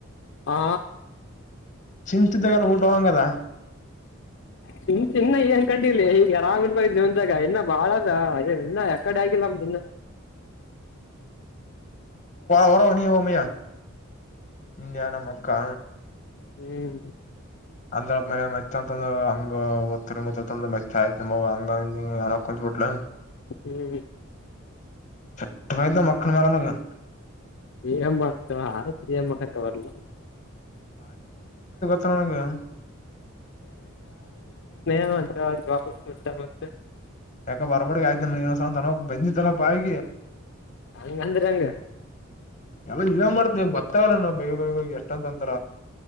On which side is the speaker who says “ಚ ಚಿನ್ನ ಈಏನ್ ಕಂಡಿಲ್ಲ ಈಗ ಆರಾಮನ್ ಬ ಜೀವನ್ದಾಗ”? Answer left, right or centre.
Left